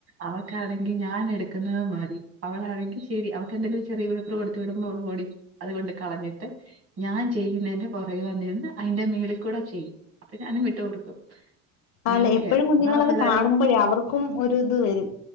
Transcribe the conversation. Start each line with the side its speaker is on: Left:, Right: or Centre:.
Right: അവക്ക് ലാണെങ്കി ഞാൻ എടുക്കുന്നത് മതി അവളാണെങ്കി ശരി അവക്ക് എന്തേലും ചെറിയപേപ്പർ കൊടുത്ത് വിടുമ്പോ അവൾ ഓടി അതുകൊണ്ട് കളഞ്ഞിട്ട് ഞാൻ ചെയ്യുന്നേന്റെ പുറകെ വന്നിര്ന്ന് അയിന്റെ മേളി കൂടെ ചെയ്യും അപ്പൊ ഞാനും വിട്ടു കൊടുക്കും അങ്ങനെയൊക്കെയാ.
Left: അല്ലെ എപ്പഴും കുഞ്ഞുങ്ങളത്
Right: അതാവുമ്പോ പിള്ളേര്
Left: കാണുമ്പോഴേ അവർക്കും ഒര് ഇത് വരും